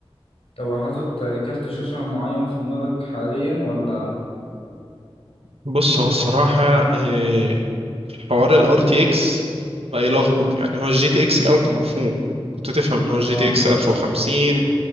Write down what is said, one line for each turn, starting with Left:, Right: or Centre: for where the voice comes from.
Left: طب حاطط كارت شاشة معين في دماغك حاليا ولا
Right: بص هو الصراحة آه، حوار ال RTX بقى يلخبط
Left: مم.
Right: يعني هو ال GTX الأول كان مفهوم كنت تفهم ان هو ال GTX
Left: اه
Right: 1050